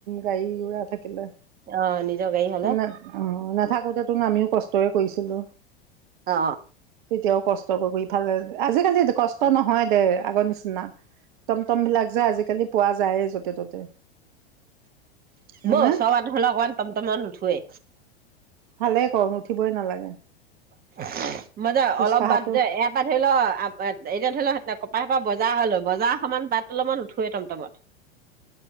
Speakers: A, on the right; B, on the right.
A: গাড়ী উৰা থাকিলে,
B: অ নিজৰ গাড়ী হলে
A: অঁ নাথাকোতে ত আমিও কষ্টৰে কৰিছিলো
B: অ
A: তেতিয়াও কষ্ট কষ্ট কৰি কৰি ফালে, আজিকালি কষ্ট নহয় দে। আগৰ নিচনা তম তমবিলাক যে আজিকালি পোৱা যায়েই য'তে ত'তে। হয়নে
B: বৌ চব <unintelligible> অকণমান টমটমত নুঠৱে।
A: ভালে কম, উুঠিবই নালাগে
B: <unintelligible> মই যে
A: খোজকাঢ়াটো
B: অলপ বাদ যে, এয়া পা ধৈ ল, এতিয়া ধৰি ল ন কপা এপা বজাৰ হলো, বজাৰ সমান বাট অলপমান উঠোৱে টমটমত।